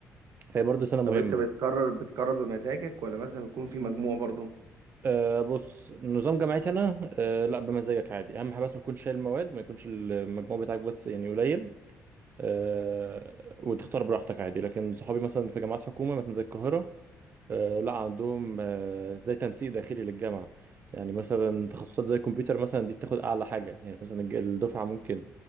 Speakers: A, on the right; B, on the right.
A: فهي برضو سنه مهمه
B: طب انت بتقرر بتقرر بمزاجك ولا مثلا بيكون في مجموع برضو
A: أه بص نظام جامعتي انا أه لا بمزاجك عادي اهم حاجه بس ما تكونش شايل مواد ما يكونش المجموع بتاعك بس يعني قليل أه وتختار براحتك عادي لكن صحابي مثلا في جامعات حكومه مثلا زي القاهره أه لا عندهم أه زي تنسيق داخلي للجامعه يعني مثلا تخصصات زي الكمبيوتر مثلا دي بتاخد اعلى حاجه يعني مثلا الج- الدفعه ممكن